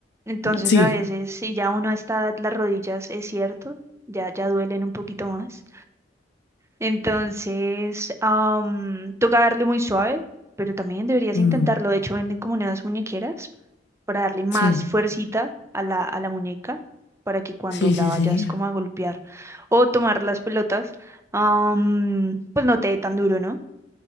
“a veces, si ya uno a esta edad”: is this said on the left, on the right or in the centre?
Right